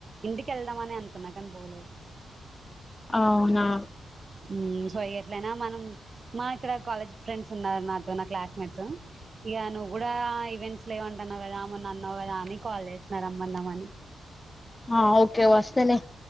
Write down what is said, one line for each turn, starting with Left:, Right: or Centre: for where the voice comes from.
Right: ఇంటికి వెళ్దామని అనుకున్నా కాని పోలేదు
Left: అవునా
Right: ఉమ్ సో ఇగ ఎట్లయినా మనం మా ఇక్కడ కాలేజ్ ఫ్రెండ్స్ ఉన్నారు నాతో నా క్లాస్మేట్స్ ఇగ నువ్వు కూడా ఈవెంట్స్ లేవంటన్నావ్ కదా మొన్న అన్నావ్ కదా అని కాల్ చేసిన రమ్మందామని
Left: హ ఓకే వస్తాలే